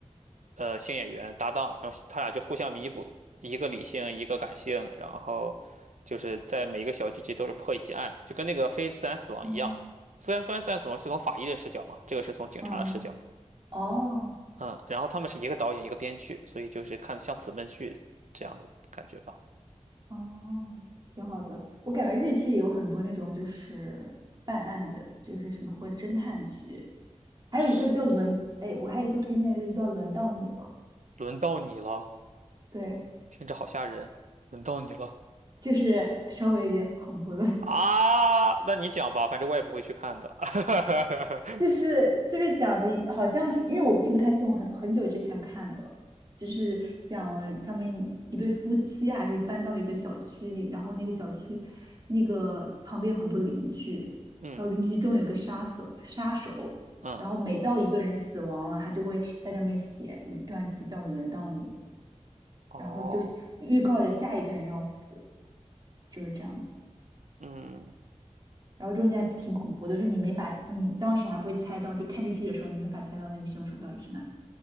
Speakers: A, on the right; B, on the right.
A: 呃新演员搭档，然后他俩就互相弥补，一个理性，一个感性，然后就是在每一个小剧集都是破一起案，就跟那个非自然死亡一样。
B: 哦。
A: 自然虽然自然死亡是从法医的视角嘛，这个是从警察的视角，
B: 嗯，哦，
A: 嗯，然后他们是一个导演一个编剧，所以就是看像姊妹剧这样的感觉吧。
B: 哦，挺好的。我感觉日剧也有很多那种就是办案的，就是什么或者侦探剧，还有一个叫轮，
A: 是，
B: 哎，我还有一个推荐的日剧叫《轮到你了》，
A: 轮到你了，
B: 对，
A: 听着好吓人，轮到你了
B: 就是稍微有点恐怖的，
A: 啊！那你讲吧，反正我也不会去看的。<laughs>
B: 就是就是讲的，好像是因为我记不太清，我很很久之前看的了，就是讲了他们一对夫妻还是搬到一个小区里，然后那个小区那个旁边有很多邻居，
A: 嗯
B: 然后邻居中有个杀手杀手，
A: 嗯，
B: 然后每到一个人死亡了，他就会在上面写一段字叫“轮到你了
A: 哦，
B: 然后就写预告着下一个人要死，就是这样子。
A: 嗯。
B: 然后中间还挺恐怖的，就是你没法，你当时还不会猜到，就看这剧的时候，你没法猜到那个凶手到底是哪里。